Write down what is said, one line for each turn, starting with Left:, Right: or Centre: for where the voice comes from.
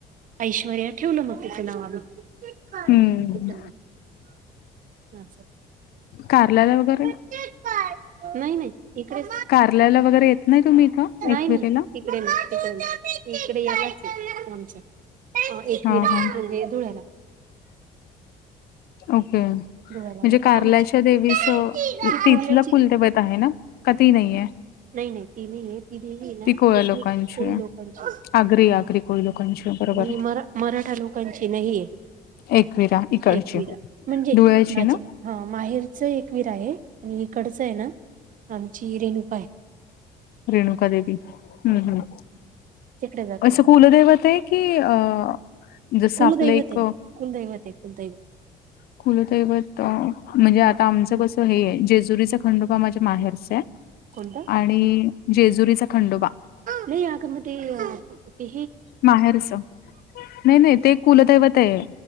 Right: ऐश्वर्या ठेवलं मग तिच नाव आम्ही
Left: हम्म
Right: एक च
Left: कारल्याला वगैरे
Right: नाही नाही इकडे
Left: कारल्याला वगैरे येत नाही तुम्ही इथं
Right: नाही
Left: एकविरेला?
Right: नाही तिकडे तडे इकडे यालाच आमच्या एकवीरा
Left: हा हा
Right: म्हणजे धुळ्याला
Left: ओके म्हणजे
Right: धुळ्याला जातो
Left: कार्लाच्या
Right: आमची
Left: देवीच
Right: ती
Left: तिथलं
Right: कुर्ल्याची
Left: कुलदेवत आहे ना का ती नाहीये
Right: नाहीय नाही ती नाही देवी आहे ना
Left: ती कोळ्या लोकांची
Right: कुललोकांची
Left: आहे.
Right: आहे
Left: आगरी आगरी को लकां बरोबर
Right: मी मराठा लोकांची नाही
Left: एकविरा इकडची
Right: एकविरा म्हणजे
Left: डुळ्याची
Right: माझे
Left: ना
Right: हा माहेरच एकवीर आहे आणि इकडचं आहे ना आमची रेणुका आहे
Left: रेणुका देवी हम्म हम्.
Right: तिकडे जातो
Left: असं
Right: आम्ही
Left: कुलदेवते आहे की अ जसं
Right: कुलदैवते
Left: आपलं एक
Right: कुलदैवते कुलदैवते.
Left: खुलतैवत म्हणजे आता आमचं कसं हेय जेजुरीचा खंडोबा माझ्या माहेरचा आहे.
Right: कोणता
Left: आणि जेजुरीचा खंडोबा
Right: नाही आगम ते क ति
Left: माहेरच नाही नाही ते कुलदैवत आहे.